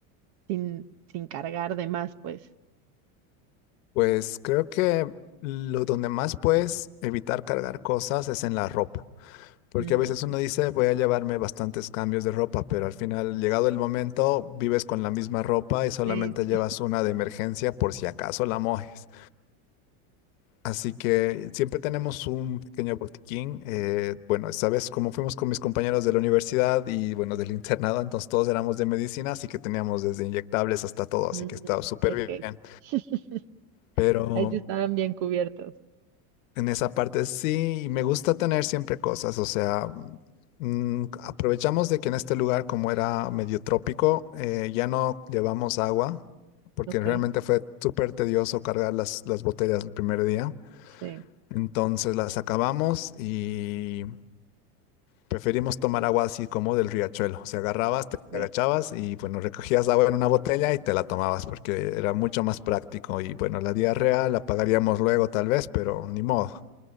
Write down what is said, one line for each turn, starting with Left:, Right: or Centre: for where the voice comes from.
Right: sin, sin cargar de más, pues?
Left: Pues creo que lo donde más puedes evitar cargar cosas es en la ropa. Porque
Right: Mm,
Left: a veces
Right: ok.
Left: uno dice, voy a llevarme bastantes cambios de ropa, pero al final, llegado el momento, vives con la misma ropa y solamente
Right: Sí,
Left: llevas
Right: sí.
Left: una de emergencia por si acaso la mojes. Así que siempre tenemos un pequeño botiquín. eh, bueno, esta vez como fuimos con mis compañeros de la universidad y bueno, del internado, entonces todos éramos de medicina, así que teníamos desde inyectables hasta todo, así
Right: Mm,
Left: que estaba súper
Right: ok.
Left: bien.
Right: <laughs>
Left: Pero
Right: Ahí sí estaban bien cubiertos.
Left: en esa parte sí, y me gusta tener siempre cosas, o sea, mm, aprovechamos de que en este lugar, como era medio trópico, eh, ya no llevamos agua, porque
Right: Ok,
Left: realmente fue súper tedioso cargar las, las botellas el primer día.
Right: sí.
Left: Entonces las acabamos y preferimos tomar agua así como del riachuelo. O sea, agarrabas, te
Right: ok.
Left: agachabas y bueno, recogías agua en una botella y te la tomabas porque era mucho más práctico. Y bueno, la diarrea la pagaríamos luego tal vez, pero ni modo.